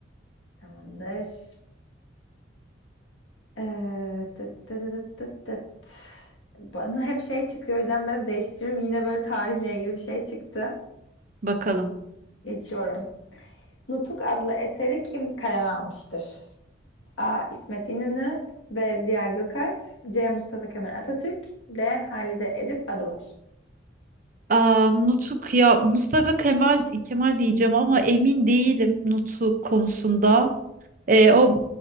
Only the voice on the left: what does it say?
Tamamdır. Ee, tıt tıt tıt tıt tıt. Bana hep şey çıkıyor o yüzden biraz değiştiriyorum. Yine böyle tarihle ilgili bir şey çıktı.
Geçiyorum. Nutuk adlı eseri kim kaleme almıştır? A. İsmet İnönü B. Ziya Gökalp C. Mustafa Kemal Atatürk D. Halide Edip Adıvar